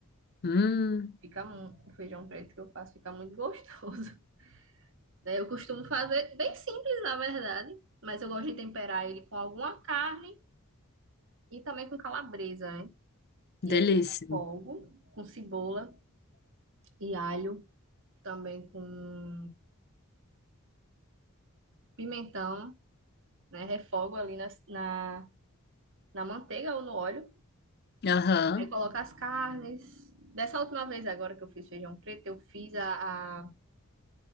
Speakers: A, on the left (about 50°); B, on the right (about 60°).
A: Hum,
B: Fica mu- o feijão preto que eu faço fica muito gostoso. <laughs> né? Eu costumo fazer bem simples, na verdade, mas eu gosto de temperar ele com alguma carne e também com calabresa, né?
A: delícia.
B: E aí, fogo com cebola e alho, também com pimentão. né? Refogo ali na, na, na manteiga ou no óleo.
A: Aham.
B: Aí coloco as carnes. Dessa última vez agora que eu fiz feijão preto, eu fiz a, a,